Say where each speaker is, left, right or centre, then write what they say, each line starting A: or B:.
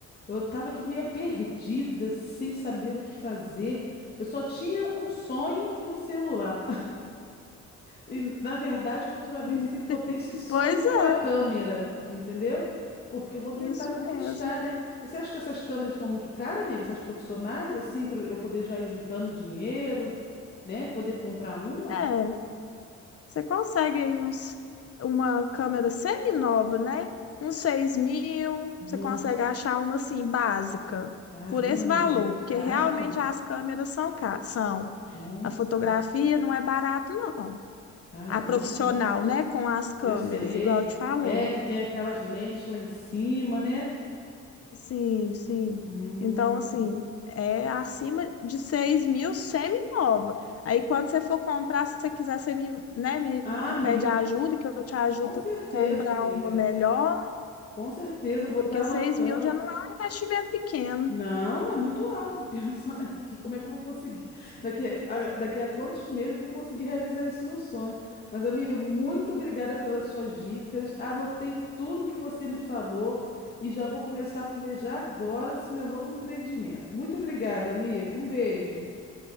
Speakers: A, on the left; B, on the left.
A: Eu tava aqui meio perdida, sem saber o que fazer. Eu só tinha um sonho e um celular. <laughs> E, na verdade, futuramente
B: Hum.
A: eu sei que vou ter esse sonho
B: Pois
A: e
B: é,
A: uma câmera, entendeu? Porque eu vou tentar
B: isso
A: conquistar,
B: mesmo.
A: né? Você acha que essas câmeras estão muito caras, amiga? Essas profissionais, assim, para eu poder já ir juntando dinheiro, né? E poder comprar uma?
B: É. Você consegue aí uns, uma câmera semi-nova, né? Uns 6 mil,
A: Nossa,
B: você consegue achar uma assim, básica,
A: caramba,
B: por esse
A: amiga,
B: valor,
A: é muito
B: porque
A: caro.
B: realmente as câmeras são, ca- são.
A: Nossa,
B: A fotografia não é barato, não.
A: caramba,
B: A profissional,
A: muito caro.
B: né, com as câmeras,
A: Eu sei.
B: igual eu te falei.
A: É que tem aquelas lentes lá em cima, né?
B: Sim, sim.
A: Hum.
B: Então, assim, é acima de 6 mil semi-nova. Aí, quando você for comprar, se você quiser, você me, né, me
A: Ah,
B: me
A: amiga,
B: pede ajuda, que eu te ajudo
A: com certeza,
B: a comprar
A: amiga.
B: uma melhor,
A: Com certeza, eu vou
B: porque
A: estar anotando.
B: 6 mil já não é um investimento pequeno.
A: Não, é muito alto. Tô pensando aqui, <laughs> como é que eu vou conseguir? Daqui a, daqui a quantos meses eu vou conseguir realizar esse meu sonho? Mas, amiga, muito obrigada pelas suas dicas. Anotei tudo que você me falou e já vou começar a planejar agora esse meu novo empreendimento. Muito obrigada, amiga. Um beijo.